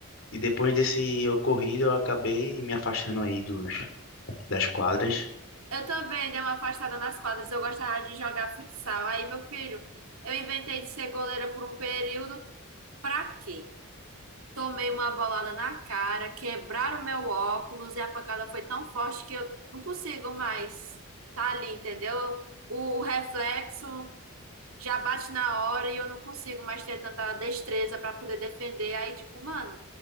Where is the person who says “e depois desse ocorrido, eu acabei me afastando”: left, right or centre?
Left